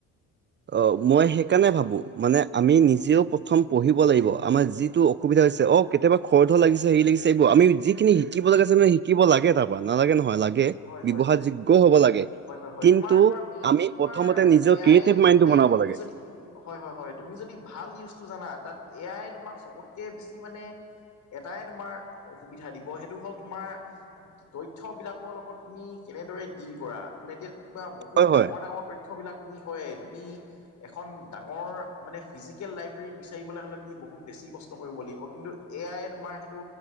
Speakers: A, on the right; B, on the left.
A: অ, মই সেইকাৰণে ভাবোঁ মানে আমি নিজেও প্ৰথম পঢ়িব লাগিব আমাৰ যিটো সুবিধা হৈছে অ, কেতিয়াবা খৰ ধৰ লাগিছে হেৰি লাগিছে এইবোৰ আমি জিখিনি শিকিব লগীয়া আছে ন‌, শিকিব লাগে তাৰমান কুৱা নালাগে নহয় লাগে
B: হয় হয়
A: বিবহাৰযোগ্যও
B: হয়
A: হ'ব লাগে।
B: হয় -হয় -হয়
A: কিন্তু
B: তোমাৰ -তোমাৰ মেইনলি
A: আমি
B: তোমাৰ
A: প্ৰথমতে নিজৰ
B: এয়াই
A: ক্ৰিয়েটিভ
B: এইটো
A: মাইণ্ডটো
B: মানে
A: বনাব
B: তুমি
A: লাগে
B: যদি হয় -হয় -হয় তুমি যদি ভাল নিউজটো জানা তাত এয়াই তোমাক চবতকে বেছি মানে এটাই তোমাৰ অসুবিধা দিব সেইটো হ'ল তোমাৰ তথ্যবিলাক লগত তুমি কেনেদৰে ডিল কৰা মানে এতিয়া বহুত
A: হয়
B: ডাঙৰ-
A: হয়
B: ডাঙৰ তত তথ্যবিলাক তুমি হয় তুমি এখন ডাঙৰ মানে ফিজিকেল লাইব্ৰেৰী বিচাৰিবলৈ হ'লে তুমি বহুত বেছি কষ্ট কৰিব লাগিব কিন্তু এ আই য়ে তোমাৰ সেইটো